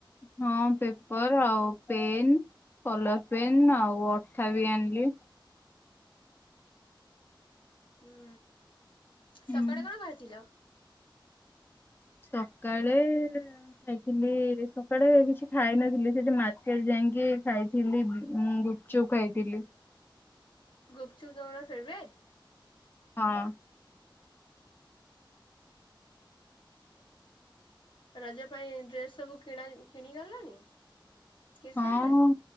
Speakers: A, on the left (about 25°); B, on the left (about 75°).
A: ହଁ ପେପର ଆଉ ପେନ୍ କଲର ପେନ୍ ଆଉ ଅଠା ବି ଆଣିଲି।
B: ଉଁ।
A: ହୁଁ
B: ସକାଳେ କଣ ଖାଇଥିଲ?
A: ସକାଳେ ଖାଇଥିଲି ସକାଳେ କିଛି ଖାଇନଥିଲି ସେଠି ମାର୍କେଟ ଯାଇଁକି ଖାଇଥିଲି ଗୁପଚୁପ ଖାଇଥିଲି।
B: ଗୁପଚୁପ ତୁମର ଫେଭରାଇଟ?
A: ହଁ।
B: ରଜ ପାଇଁ ଡ୍ରେସ୍ ସବୁ କିଣା କିଣି ଗଲଣିି। କିଣିସାରଲଣି?
A: ହଁ